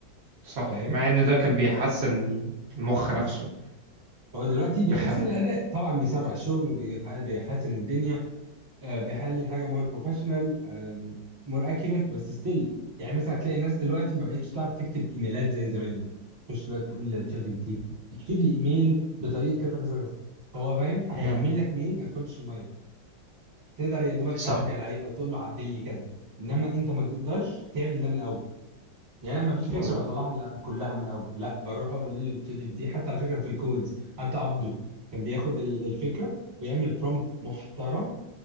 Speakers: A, on the right; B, on the right.
A: صح
B: فاهم
A: مع ان ده كان بيحسن المخ نفسه
B: هو دلوقتي بيحسن
A: بخ...
B: الاداء طبعا بيسرع الشغل وبيح- بيحسن الدنيا آه، بيحلل حاجه مور بروفيشنال مور اكيوريت بس ستيل يعني مثلا هتلاقي ناس دلوقتي ما بقتش تعرف تكتب ايميلات زي زمان تخش دلوقتي تقول لتشات جي بي تي اكتب لي ايميل بطريقه كذا كذا كذا هو فاهم هيعمل
A: مهم.
B: لك ميل ما يخرجش الميه تقدر يا دوبك
A: صح
B: تعدل عليه او تقول له عدل لي كذا انما انت ما تقدرش تعمل ده من الاول يعني انا ما فيش فكره
A: مظبوط
B: بطلعها من الأ- كلها من الاول لا بروح اقول للتشات جي بي تي حتى على فكره في الكودز حتى عبده كان بياخد ال- الفكره ويعمل برومبت محترم